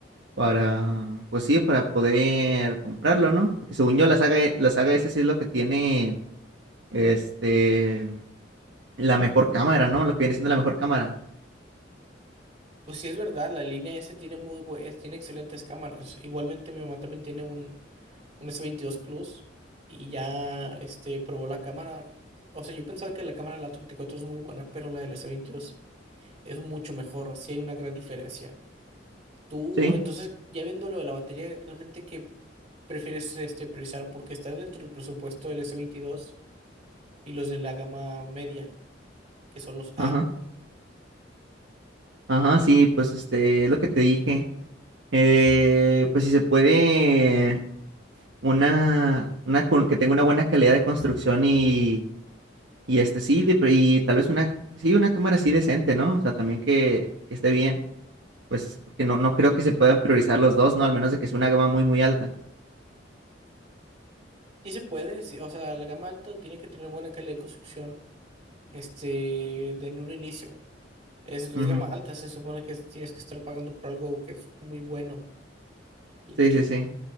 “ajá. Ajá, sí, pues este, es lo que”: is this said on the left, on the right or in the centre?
Right